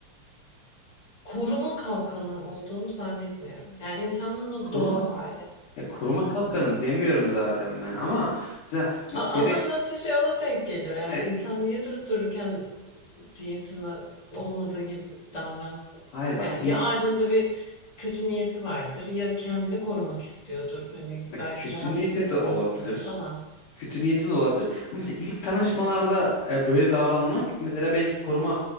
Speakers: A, on the left (about 30°); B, on the left (about 80°).
A: koruma kalkanı olduğunu zannetmiyorum. Yani insanın o
B: Koruma
A: doğal hali
B: ya koruma kalkanı demiyorum zaten ben ama mesela
A: A ama
B: gere
A: anlattığın şey ona denk geliyor. Yani
B: yani
A: insan
B: i-
A: niye durup dururken bir insana olmadığı gibi davransın.
B: hayır bak
A: Yani
B: ilk
A: ya ardında bir kötü niyeti vardır ya kendini korumak istiyordur. Hani
B: bak
A: belki
B: kötü
A: rahat
B: niyeti
A: hissetmiyordur
B: de olabilir.
A: falan.
B: kötü niyeti de olabilir. Ama mesela ilk tanışmalarda e, böyle davranmak mesela belki koruma